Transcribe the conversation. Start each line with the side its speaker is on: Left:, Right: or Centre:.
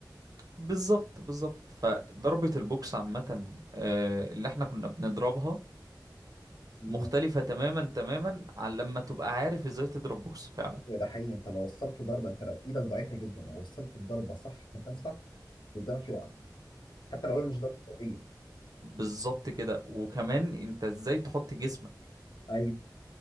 Right: بالظبط بالظبط فضربة البوكس عامة آه، اللي احنا كنا بنضربها
Left: دي
Right: مختلفة تماما تماما عن لما تبقى عارف ازاي تضرب بوكس فعلا
Left: ده حقيقي انت لو وصلت ضربه انت لو ايدك ضعيفه جدا لو وصلت الضربه صح في مكان صح اللي قدامك يقع حتى لو هي مش ضربه قويه
Right: وبالظبط كده وكمان انت ازاي تحط جسمك
Left: ايوه